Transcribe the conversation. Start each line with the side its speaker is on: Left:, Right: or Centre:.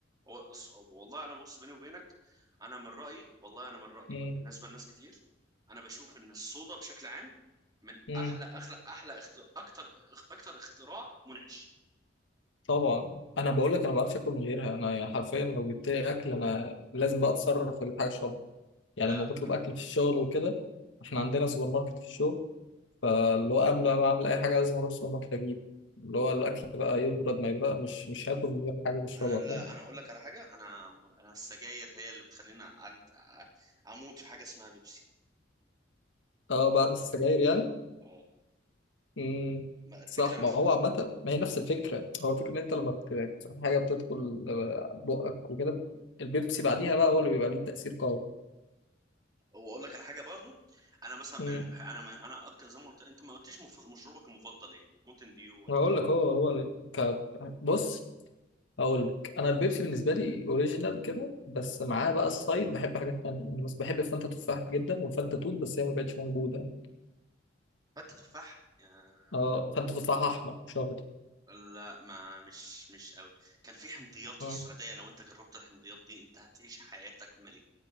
Right: هو الص- والله انا بص بيني وبينك انا من رايي والله انا من رايي
Left: مم.
Right: بالنسبه لناس كتير انا بشوف ان الصودا بشكل عام من
Left: مم.
Right: احلى احلى احلى اختر... اكتر اكتر اختراع منعش
Left: طبعا انا بقول لك انا ما بعرفش اكل من غيرها انا يعني حرفيا لو جبت لي اكل انا لازم بقى اتصرف اجيب حاجه اشربها يعني
Right: لا
Left: لما بطلب اكل في الشغل وكده احنا عندنا سوبر ماركت في الشغل فاللي هو قبل ما اعمل اي حاجه لازم اروح السوبر ماركت اجيب اللي هو الاكل بقى يبرد ما يبرد مش مش هاكل من غير حاجه بشربها
Right: انا لا
Left: فاهم
Right: انا اقول لك على حاجه انا انا السجاير هي اللي بتخليني أن- اموت في حاجه اسمها بيبسي
Left: اه بعد السجاير يعني
Right: اه
Left: امم
Right: الفكره
Left: صح ما هو عامة ما هي نفس الفكرة هو الفكرة ان انت لما بت- حاجة بتدخل آه، بقك وكده البيبسي بعديها بقى هو اللي بيبقى ليه تأثير قوي
Right: واقول لك على حاجه برضو انا مثلا من
Left: امم
Right: المح... انا من... انا أك... زي ما قلت انت ما قلتليش مف... مشروبك المفضل ايه ممكن ديو ولا
Left: هقول
Right: ايه
Left: لك هو هو ال... ك... بص هقول لك انا البيبسي بالنسبة لي اوريجينال كده بس معاه بقى سايد بحب حاجات تانية يعني بس بحب الفانتا تفاح جدا والفانتا توت بس هي ما بقتش موجودة
Right: فتة تفاح آه...
Left: اه فانتا تفاح احمر مش اخضر
Right: لا ما مش مش قوي كان في حمضيات
Left: مم.
Right: في السعوديه لو انت جربت الحمضيات دي انت هتعيش حياتك ملك